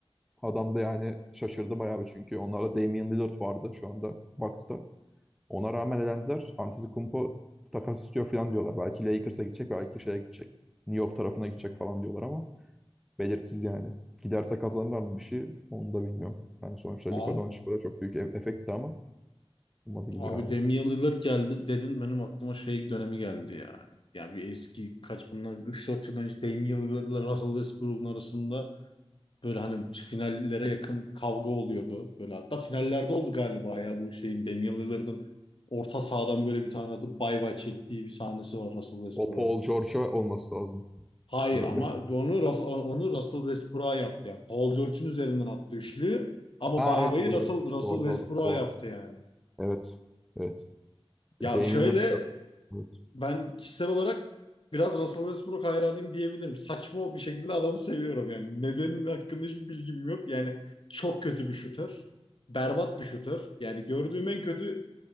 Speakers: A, in the centre; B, on the left.
A: Adam da yani şaşırdı bayağı bir çünkü onlarda Damian Lillard vardı şu anda Bucks'ta. Ona rağmen elendiler. Antetokounmpo takas istiyor falan diyorlar. Belki Lakers'a gidecek, belki şeye gidecek. New York tarafına gidecek falan diyorlar ama Belirsiz yani. Giderse kazanırlar mı bir şey onu da bilmiyorum. Yani sonuçta
B: Abi
A: Luka Doncic burada çok büyük e- efekti ama olmadı gibi
B: Abi
A: yani.
B: Damian Lillard geldi dedin benim aklıma şey dönemi geldi ya. Ya bir eski kaç bunlar üç dört yıl önce Damian Lillard'la Russell Westbrook'un arasında böyle hani finallere yakın kavga oluyordu. Böyle hatta finallerde oldu galiba ya bu şeyin Damian Lillard'ın orta sahadan böyle bir tane adı bay bay çektiği bir sahnesi var Russell Westbrook'a.
A: O Paul George'a olması lazım.
B: Hayır
A: Dur,
B: ama
A: West-
B: onu Rus- onu Russell Westbrook'a yaptı yani. Paul George'un üzerinden attı üçlü ama
A: Aa,
B: bay
A: aa,
B: bayı
A: doğru.
B: Russell, Russell
A: Doğru
B: Westbrook'a
A: doğru doğru.
B: yaptı yani.
A: Evet. Evet.
B: Ya
A: Damian
B: şöyle
A: Lillard. Evet.
B: ben kişisel olarak biraz Russell Westbrook hayranıyım diyebilirim. Saçma bir şekilde adamı seviyorum yani. Nedenin hakkında hiçbir bilgim yok. Yani çok kötü bir şutör. Berbat bir şutör. Yani gördüğüm en kötü